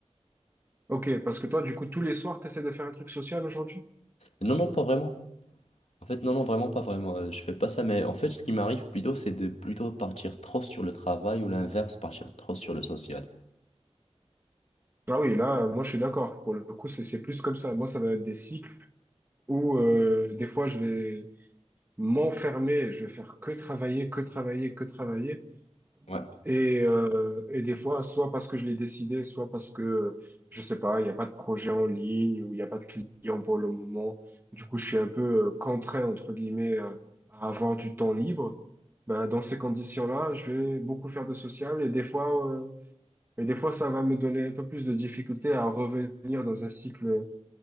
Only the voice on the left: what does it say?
Non, non, pas vraiment. En fait, non, non, vraiment pas vraiment. Euh, Je fais pas ça, mais en fait, ce qui m'arrive plutôt, c'est de plutôt partir trop sur le travail ou l'inverse, partir trop sur le social.
Ouais,